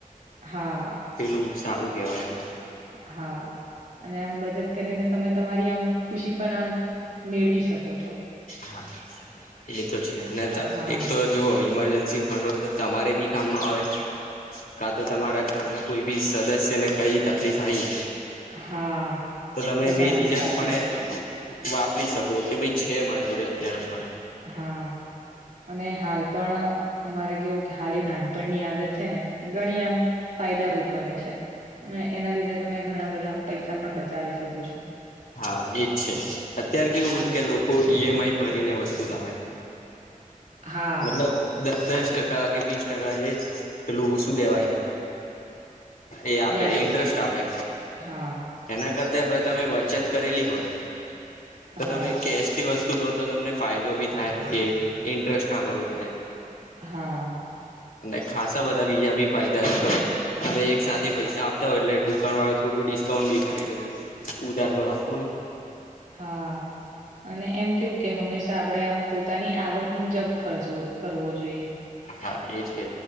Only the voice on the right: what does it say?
હા.
હા, અને આમ બચત કરીને તમે તમારી આમ ખુશી પણ આમ મેળવી શકો છો.
હા
હા
એ પણ
આમ સાચી
વાત છે
હા, અને હાલ પણ અમારે કેવું કે, હાલ એ નાનપણની આદત. છે ને, ગણી આમ ફાયદારૂપ બને છે, અને એના લીધે તમે ઘણા બધા પૈસા પણ બચાવી શકું છું.
હા
હા
વ્યાજ
હા
હા
હા.
હા. અને એમ કેવું કે, હંમેશા આપણે આમ પોતાની આવક મુજબ ખર્ચવો કરવો જોઈએ.